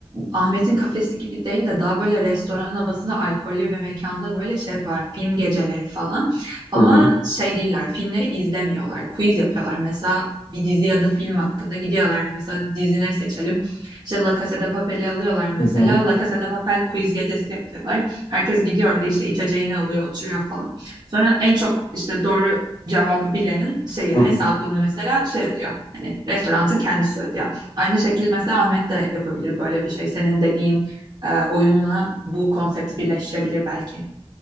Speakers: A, on the right; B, on the left.
A: Ahmet'in kafesi gibi değil de daha böyle restoran havasında alkollü bir mekanda böyle şey yapıyorlar. Film geceleri falan. Ama
B: Hı hı,
A: şey değiller. Filmleri izlemiyorlar. Quiz yapıyorlar. Mesela bir dizi ya da film hakkında gidiyorlar. Mesela dizine seçelim. İşte La Casa de Papel'i alıyorlar mesela.
B: hı hı,
A: La Casa de Papel quiz gecesi yapıyorlar. Herkes gidiyor da işte içeceğini alıyor, oturuyor falan. Sonra en çok işte doğru cevabı bilenin şeyi
B: hı
A: hesabını
B: hı.
A: mesela şey ödüyor. Hani restoranın kendisi ödüyor. Aynı şekilde mesela Ahmet de yapabilir böyle bir şey. Senin dediğin e, oyunla bu konsepti birleştirebilir belki.